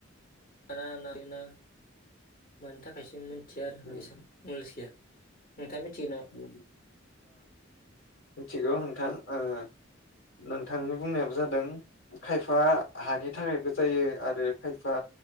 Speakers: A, on the left; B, on the left.
A: ना ना मानि थाखायसो मिथिया आरो
B: उम
A: एसां नलेज गैया नोंथाङा मिथिगो नामा
B: ओ मिथिगौ नोंथां ओ नोंथांनि बुंनायाबो जादों खायफा हानि थाखायबो जायो आरो खायफा